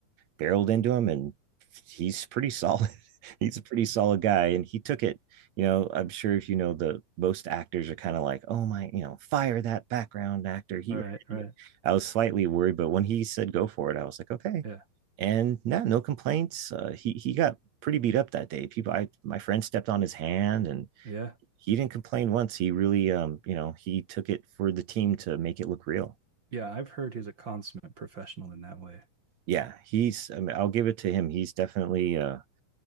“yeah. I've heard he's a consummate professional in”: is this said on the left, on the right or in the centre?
Right